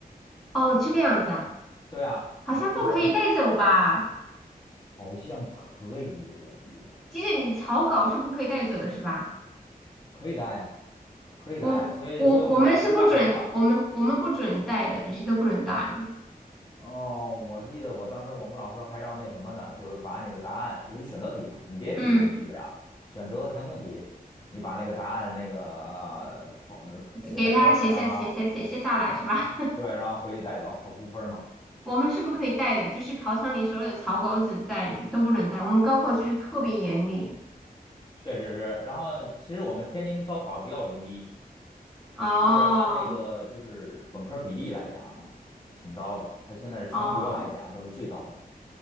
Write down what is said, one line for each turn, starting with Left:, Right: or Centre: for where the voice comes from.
Centre: 哦，这个样子啊，
Left: 对啊，
Centre: 好像不可以带走吧？
Left: 那估分儿嘛，好像可以，我记得。
Centre: 即使你草稿是不可以带走的，是吧？
Left: 可以带呀，可以带。
Centre: 我我我们是不准，
Left: 所以，所以我们老师让我们把，
Centre: 我们我们不准带的，这些都不能带。
Left: 哦，我记得我当时我们老师还让那什么呢，就是把你的答案，尤其选择题嘛，你别题肯定记不了，
Centre: 嗯，
Left: 选择和填空题，你把那个答案那个呃放写在草稿纸上，
Centre: 给他写下写下写下下来是吧？
Left: 然后对，然后回去带走，好估分儿嘛。
Centre: 我们是不可以带的，就是考场里所有的草稿纸在你都不能带。我们高考就是特别严厉。
Left: 确实是，然后其实我们天津高考比较容易，
Centre: 哦
Left: 就是按这个就是本科比例来讲挺高的，它现在是全国来讲都是最高的。
Centre: 哦，